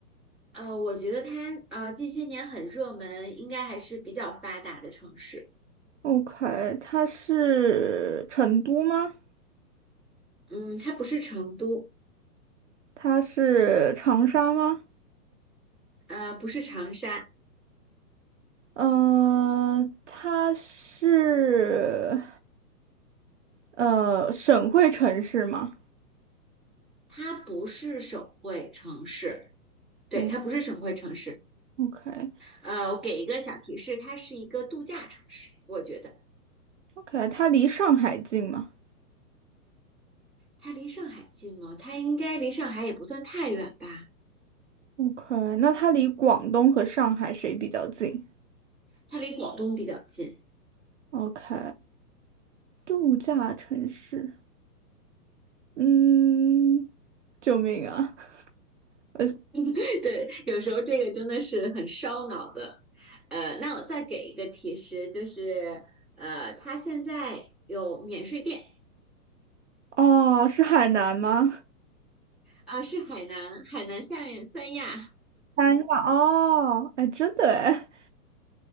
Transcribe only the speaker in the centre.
呃，我觉得它呃近些年很热门，应该还是比较发达的城市。
嗯，它不是成都，
呃，不是长沙，
它不是省会城市。对，
它不是省会城市。
呃，我给一个小提示，它是一个度假城市。我觉得
它离上海近吗？它应该离上海也不算太远吧。
它离广东比较近。
<laughs> 对，有时候这个真的是很烧脑的。呃，那我再给一个提示，就是呃，它现在有免税店
啊、呃是海南，海南下面三亚，